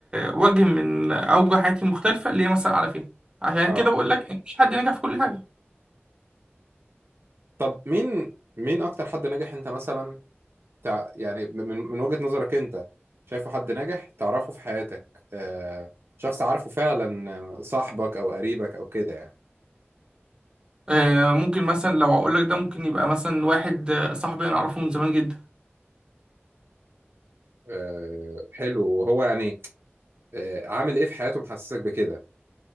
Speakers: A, on the right; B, on the right.
A: وجه من اوجه حياتي المختلفه ليه مثل اعلى فيها عشان
B: اه
A: كده بقول لك ان مفيش حد نجح في كل حاجه
B: طب مين مين اكتر حد ناجح انت مثلا تع... يعني من من وجهة نظرك انت شايفه حد ناجح تعرفه في حياتك آه شخص عارفه فعلا آه، صاحبك او قريبك او كده يعني
A: آه، ممكن مثلا لو اقول لك ده ممكن يبقى مثلا واحد آه، صاحبي انا اعرفه من زمان جدا
B: آه حلو وهو يعني آه عامل ايه في حياته محسسك بكده